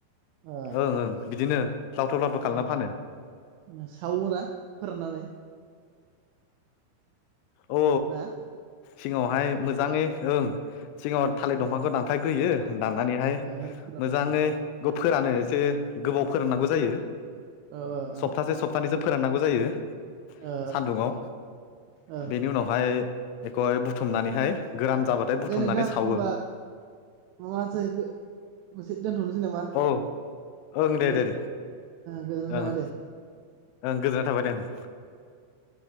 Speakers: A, on the right; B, on the left.
A: ओ
B: ओं ओं बिदिनो लावथाव लावथाव खालामना
A: ओ
B: फानो
A: सावो ना फोराननानै
B: औ
A: ना
B: सिगाङावहाय
A: ओ
B: मोजाङै ओं सिगाङाव थालिर
A: फोरान
B: दंफांखौ दानफायग्रोयो दाननानैहाय
A: ओ फोरानसै
B: मोजाङै फोरानो एसे गोबाव फोराननांगौ जायो
A: ओ ओ ओ ओ
B: सप्तासे सप्तानैजों फोराननांगौ जायो
A: ओ
B: सान्दुङाव
A: ओ
B: बेनि उनावहाय एखौ बुथुमनानैहाय गोरान
A: ओ
B: जाबाथाय बुथुमनानै
A: दे नोंथां
B: सावो।
A: होमबा माबा मोनसे मोनसे दोनथ'नोसै नामा
B: औ ओं
A: ओ
B: दे दे दे
A: गोजोननाय
B: ओं
A: थाबाय दे
B: ओं गोजोननाय थाबाय दे ओं